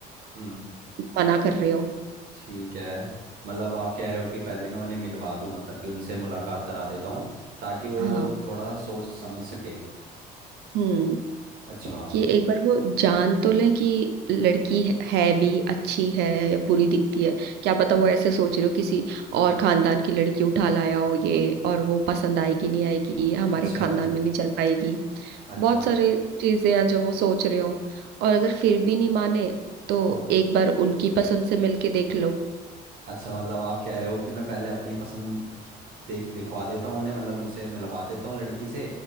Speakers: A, on the right; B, on the right.
A: हम्म
B: मना कर रहे हो
A: ठीक है मतलब आप कह रहे हो कि पहले मैं उन्हें मिलवा दूँ मतलब कि उनसे मुलाकात करा देता हूँ ताकि वो
B: हाँ
A: थोड़ा सोच समझ सके
B: हम्म
A: अच्छा
B: कि एक बार वो जान तो लें कि लड़की है है भी अच्छी है या बुरी दिखती है क्या पता वो ऐसे सोच रहे हो किसी और खानदान की लड़की उठा लाया हो ये और वो पसंद आएगी नहीं आएगी हमारे
A: अच्छा
B: खानदान में नहीं चल पाएगी
A: अच्छा
B: बहुत सारे चीजें हैं जो वो सोच रहे हो और अगर फिर भी नहीं माने तो
A: हाँ
B: एक बार उनकी पसंद से मिलके देख लो
A: अच्छा मतलब आप कह रहे हो कि मैं पहले अपनी पसंद देख दिखवा देता हूँ उन्हें मतलब उनसे मिलवा देता हूँ लड़की से